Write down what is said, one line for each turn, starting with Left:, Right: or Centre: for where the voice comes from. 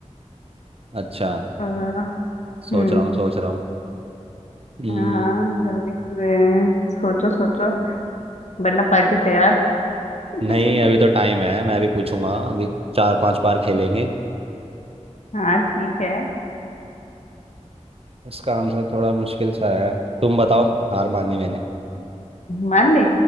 Right: अच्छा
Left: अ,
Right: सोच
Left: हम्म
Right: रहा हूँ सोच रहा हूँ हम्म,
Left: हाँ हाँ जल्दी से सोचो सोचो वरना पार्टी तैयार <laughs>
Right: नहीं अभी तो टाइम है मैं अभी पूछूंगा अभी चार पांच बार खेलेंगे
Left: हाँ ठीक है
Right: इसका आंसर थोड़ा मुश्किल सा है तुम बताओ हार मान ली मैंने
Left: मान ली